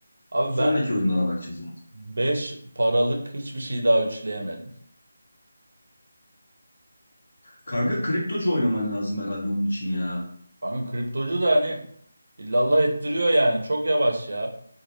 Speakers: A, on the right; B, on the left.
A: Abi
B: Sonraki
A: ben
B: oyunlara bakacağız.
A: 5 paralık hiçbir şey daha üçleyemedim.
B: Kanka kriptocu oynaman lazım herhalde onun için ya.
A: Kanka kriptocu da hani illallah ettiriyor yani. Çok yavaş ya.